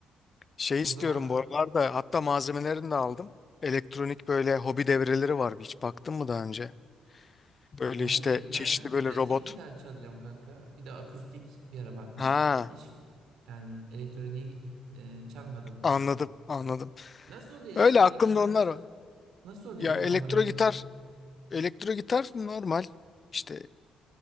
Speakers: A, on the left (about 35°); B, on the right (about 80°).
A: Şey
B: O
A: istiyorum
B: zaman
A: bu aralarda hatta malzemelerini de aldım. Elektronik böyle hobi devreleri var. Hiç baktın mı daha önce? Böyle
B: yani
A: işte çeşitli
B: ben
A: böyle
B: klasik
A: robot.
B: gitar çalıyorum kanka. Bir de akustik bir ara bakmıştım.
A: Ha
B: Hiç yani elektroniği e, çalmadım doğrusu.
A: anladım anladım.
B: Nasıl oluyor elektronik
A: Öyle aklımda
B: gitar?
A: onlar var.
B: Nasıl oluyor
A: Ya
B: tam
A: elektro
B: olarak biraz?
A: gitar elektro gitar normal işte